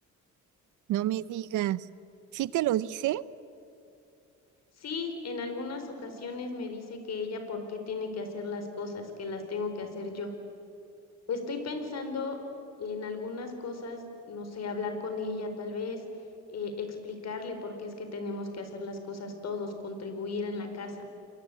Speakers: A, on the right; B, on the left.
A: no me digas. ¿Sí te lo dice?
B: Sí, en algunas ocasiones me dice que ella por qué tiene que hacer las cosas, que las tengo que hacer yo. Estoy pensando en algunas cosas, no sé, hablar con ella tal vez, eh, explicarle por qué es que tenemos que hacer las cosas todos, contribuir en la casa,